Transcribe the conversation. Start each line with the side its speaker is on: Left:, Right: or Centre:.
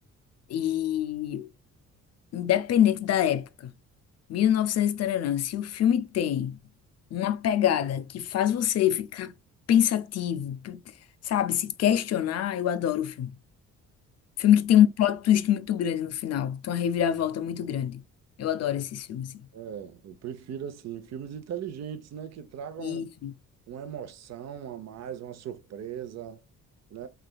Left: E independente da época, 1900 e novecentos e taranã, se o filme tem uma pegada que faz você ficar pensativo, p- sabe, se questionar, eu adoro o filme. Filme que tem um plot twist muito grande no final, tem uma reviravolta muito grande. Eu adoro esses filmes, sim.
Right: É, eu prefiro assim, filmes inteligentes, né? Que tragam
Left: Isso.
Right: uma emoção a mais, uma surpresa, né?